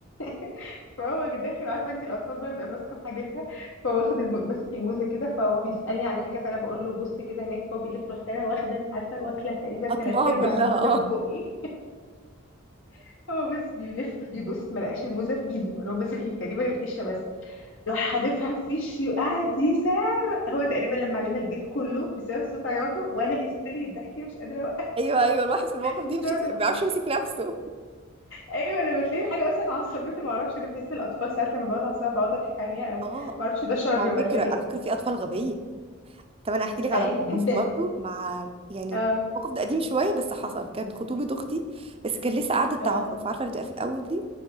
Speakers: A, on the left; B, on the right.
A: <laughs> فهو داخل عارفه انت الاطفال بقى بتبقى ماسكه في حاجتها فهو واخد الم... ماسك الموزه كده فهو بيسالني على حاجه فانا بقول له بص كده هناك فهو بيلف رحت انا واخده عارفه واكله تقريبا تلات
B: اطماها
A: ارباع
B: كلها
A: الموزه
B: اه
A: في بقي <laughs> هو بس بيلف بيبص ما لقاش الموزه في ايده هو ماسك تقريبا القشره بس راح حادفها في وشي وقعد يسار هو تقريبا لما علينا البيت كله بسبب صوت عياطه وانا هستيري الضحك مش قادره اوقف
B: ايوه ايوه الواحد في الموقف
A: بسبب
B: دي مش
A: العمل
B: ما بيعرفش يمسك نفسه
A: ايوه لما تلاقي حاجه مثلا عصبتني ما اعرفش انا بحس الاطفال ساعات لما بقعد اعصب بقعد اضحك عليها قوي
B: اه
A: ما اعرفش ده شر
B: بس على
A: ولا
B: فكره
A: ايه
B: على فكره في اطفال غبيه طب انا هحكي لك على
A: ايوه
B: موقف
A: جدا
B: برضه مع يعني
A: اه
B: الموقف ده قديم شويه بس حصل كان خطوبه اختي بس كان لسه قعده تعارف
A: اه
B: عارفه اللي بتبقى في الاول دي